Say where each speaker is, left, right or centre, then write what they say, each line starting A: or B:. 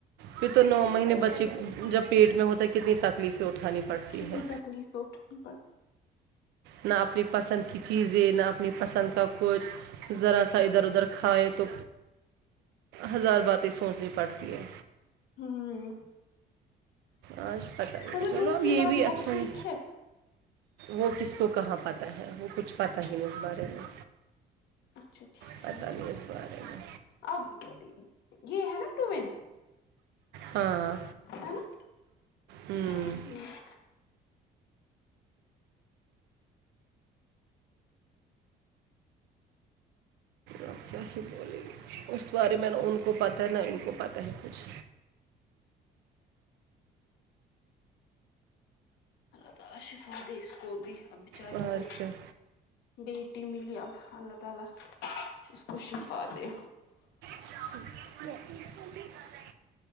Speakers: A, on the right; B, on the left.
A: پھر تو نو مہینے بچی جب پیٹ میں ہوتا ہے کتنی تکلیفیں اٹھانی پڑتی
B: کتنی
A: ہے
B: تکلیفیں اٹھانی پرڑ
A: نہ اپنی پسند کی چیزیں نہ اپنی پسند کا کچھ ذرا سا ادھر ادھر کھائے تو ہزار باتیں سوچنی پڑتی ہے
B: ہوں
A: آج پتہ ہی
B: وہ
A: ہے
B: جو
A: چلو
B: دوسری
A: اب یہ
B: والی
A: بھی
B: وہ
A: اچھا
B: ٹھیک
A: ہے وہ کس کو کہاں پتہ ہے وہ کچھ پتہ
B: اچھا
A: ہی نہیں اس بارے میں
B: اچھا ٹھیک
A: پتہ نہیں اس بارے میں
B: اب یہ ہے نا ٹو وین
A: ہاں
B: ہے نا
A: ہوں
B: ٹھیک
A: آپ کیا ہی بولے اس بارے میں نا ان کو پتہ ہے نہ ان کو پتہ ہے کچھ
B: اللہ تعالی شفا دہے اس کو بھی اب بچاری
A: اور
B: کو
A: کیا
B: بیٹی ملی اب اللہ تعالی اس کو شفا دے
A: <unintelligible>